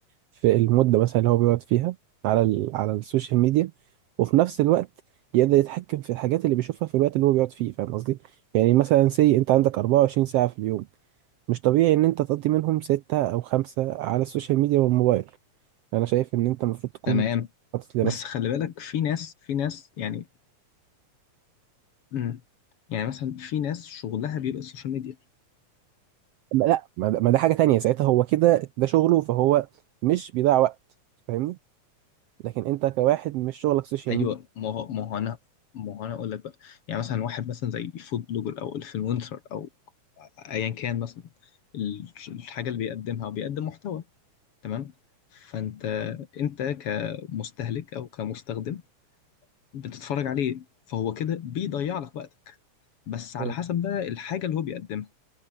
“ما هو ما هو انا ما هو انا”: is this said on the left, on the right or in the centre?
Left